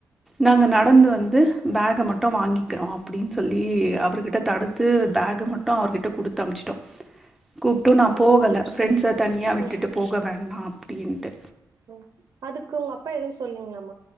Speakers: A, in the centre; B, on the right.
A: நாங்க நடந்து
B: ஓ
A: வந்து பேக மட்டு மட்டு வாங்கிக்கிறோ அப்படின்னு சொல்லி அவர்கிட்ட தடுத்து பேக மட்டு அவர்கிட்ட குடுத்து அனுப்சிட்டோ கூப்பிட்டு
B: ஓ
A: நா போகல
B: சரி
A: ஃப்ரெண்ட்ஸ்ச
B: சரி.
A: தனியா விட்டுட்
B: ம்
A: விட்டு போக வேண்டா அப்டீன்டு
B: ம் அதுக்கு உங்க அப்பா எதும் சொல்லீங்களா